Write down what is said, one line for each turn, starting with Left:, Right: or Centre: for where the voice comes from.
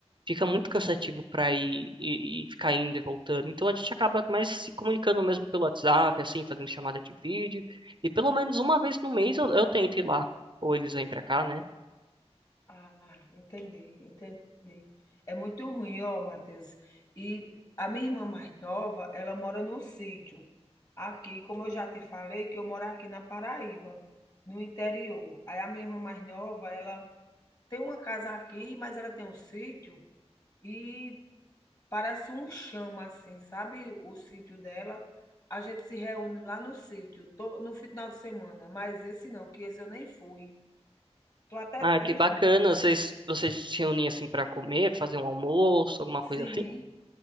Right: fica muito cansativo para ir e, e ficar indo e voltando. Então a gente acaba mais se comunicando mesmo pelo WhatsApp, assim, fazendo chamada de vídeo. E pelo menos uma vez no mês eu, eu tento ir lá, ou eles vêm para cá, né?
Left: Ah, entendi, entendi. É muito ruim, ó, Matheus. E a minha irmã mais nova, ela mora no sítio. Aqui, como eu já te falei, que eu moro aqui na Paraíba, no interior. Aí a minha irmã mais nova, ela tem uma casa aqui, mas ela tem um sítio e Parece um chama, assim, sabe, o sítio dela. A gente se reúne lá no sítio, to no final de semana, mas esse não, que esse eu nem fui. Tô até
Right: Ah,
Left: triste
Right: que bacana.
Left: porque eu não fui.
Right: Vocês vocês se reúnem assim para comer, fazer um almoço, alguma
Left: Sim,
Right: coisa assim?